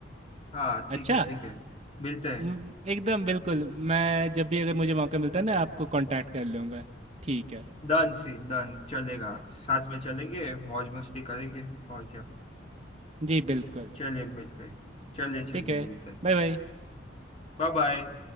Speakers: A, on the left; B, on the right.
A: हाँ ठीक
B: अच्छा,
A: है ठीक है मिलते हैं
B: उम, एकदम बिल्कुल मैं जब भी अगर मुझे मौका मिलता है ना आपको कॉन्टैक्ट कर लूँगा। ठीक है।
A: डन सी डन चलेगा साथ में चलेंगे मौज मस्ती करेंगे और क्या
B: जी, बिल्कुल।
A: चलिए मिलते हैं चलिए
B: ठीक
A: चलिए
B: है
A: मिलते हैं
B: Bye bye
A: Bye bye